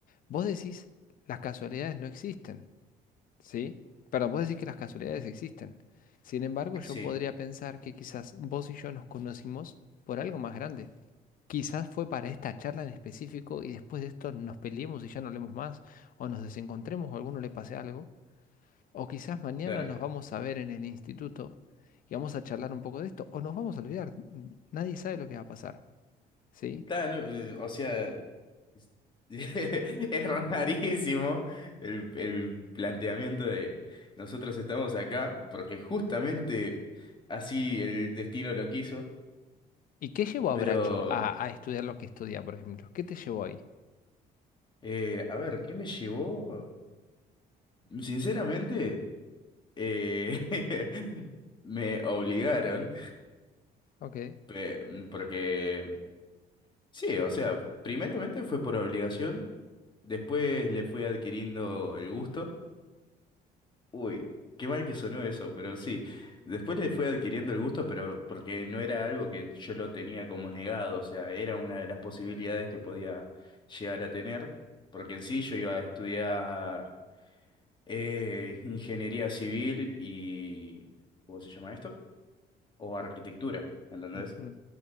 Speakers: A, on the left; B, on the left.
A: Vos decís, las casualidades no existen, ¿sí? Perdón, vos decís que las casualidades existen. Sin embargo, yo
B: Sí,
A: podría pensar que quizás vos y yo nos conocimos por algo más grande. Quizás fue para esta charla en específico y después de esto nos peleemos y ya no hablemos más, o nos desencontremos o a alguno le pase algo, o quizás mañana
B: claro.
A: nos vamos a ver en el instituto y vamos a charlar un poco de esto, o nos vamos a olvidar, n- nadie sabe lo que va a pasar, ¿sí?
B: Claro, no, eh, o sea, es <laughs> es rarísimo el, el planteamiento de nosotros estamos acá porque justamente así el destino lo quiso,
A: ¿Y qué llevó a
B: pero
A: Bracho a, a estudiar lo que estudia, por ejemplo? ¿Qué te llevó ahí?
B: eh, a ver, ¿qué me llevó? Sinceramente, eh, <laughs> me obligaron,
A: Ok.
B: pe- mm, porque sí, o sea, primeramente fue por obligación, después le fui adquiriendo el gusto. Uy, qué mal que sonó eso, pero sí. Después le fue adquiriendo el gusto, pero porque no era algo que yo lo tenía como negado, o sea, era una de las posibilidades que podía llegar a tener, porque en sí yo iba a estudiar eh, ingeniería civil y, ¿cómo se llama esto? O arquitectura, ¿entendés?
A: ujú.